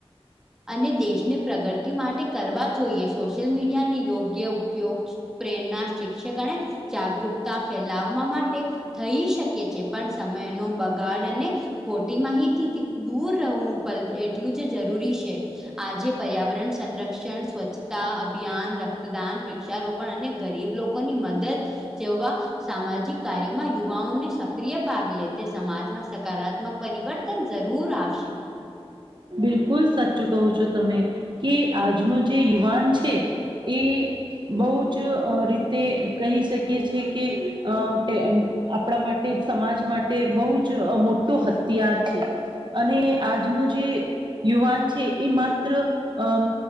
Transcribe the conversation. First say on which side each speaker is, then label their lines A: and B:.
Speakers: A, in the centre; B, on the right (about 50°).
A: અને દેશને પ્રગતિ માટે કરવા જોઈએ. સોશિયલ મીડિયાને યોગ્ય ઉપયોગ પ્રેરણા શિક્ષક અને જાગૃકતા ફેલાવવા માટે થઈ શકે છે, પણ સમયનો બગાડ અને ખોટી માહિતીથી દૂર રહેવું <inaudible> એટલું જ જરૂરી સે. આજે પર્યાવરણ, સંરક્ષણ, સ્વચ્છતા અભિયાન, રક્તદાન, વૃક્ષારોપ પણ અને ગરીબ લોકો ની મદદ જેવા સામાજિક કાર્યોમાં યુવાઓને સક્રિય ભાગ લે તે સમાજમાં સકારાત્મક પરિવર્તન જરૂર આવશે.
B: બિલકુલ સાચું કહો છો તમે, કે આજનું જે યુવાન છે એ બહુ જ અ રીતે કહી શકીએ છે કે અ. તેમ આપણા માટે, સમાજ માટે, બહુ જ મોટો હથિયાર છે. અને આજ નો જે યુવાન છે, એ માત્ર અમ